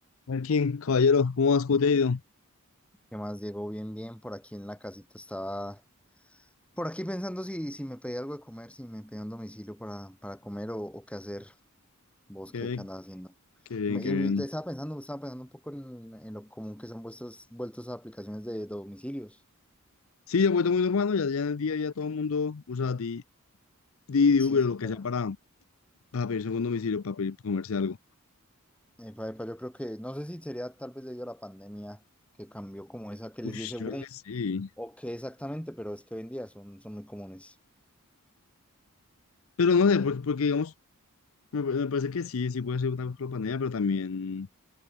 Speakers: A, on the left; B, in the centre.
A: Martín, caballero, ¿cómo vas? ¿Cómo te ha ido?
B: ¿Qué más, Diego? Bien, bien, por aquí en la casita estaba, por aquí pensando si, si me pedía algo de comer, si me pedía un domicilio para, para comer o, o qué hacer, vos
A: Qué
B: qué,
A: bien,
B: qué andás haciendo.
A: qué bien,
B: Me-
A: qué
B: y
A: bien.
B: me- te estaba pensando, estaba pensando un poco en, en lo común que se han vuelto, vuelto esas aplicaciones de domicilios.
A: Sí, ya he vuelto muy normal, ¿no? Ya, ya en el día ya todo el mundo usa Di- Didi,
B: Sí,
A: Uber o
B: sí,
A: lo que
B: para-
A: sea para, para pedirse un domicilio, para pedir, para comerse algo.
B: eh, para- para- yo creo que, no sé si sería tal vez debido a la pandemia que cambió como esa, que
A: Uy,
B: les di ese boom
A: yo creo que sí.
B: o qué exactamente, pero es que hoy en día son, son muy comunes.
A: Pero no sé, porque, porque digamos, me, pa- me parece que sí, sí puede ser una la pandemia, pero también...